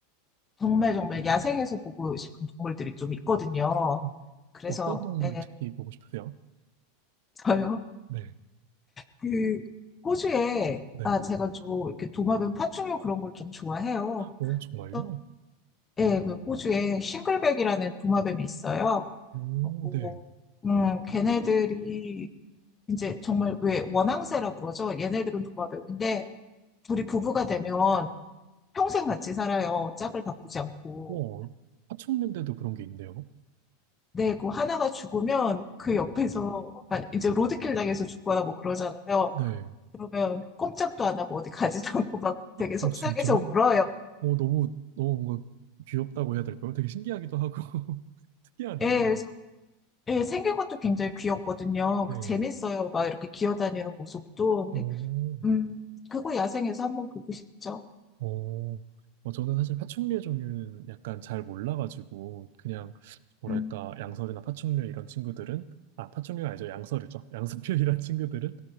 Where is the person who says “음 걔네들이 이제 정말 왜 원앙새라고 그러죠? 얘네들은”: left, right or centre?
Left